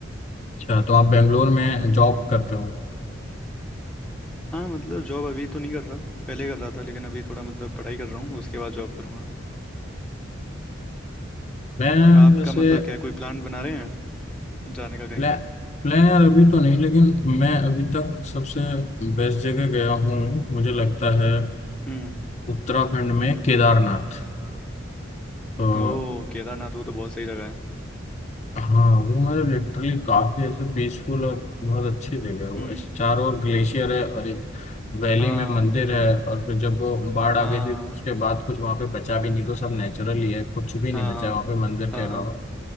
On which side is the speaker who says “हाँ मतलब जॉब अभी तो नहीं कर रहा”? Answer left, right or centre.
Centre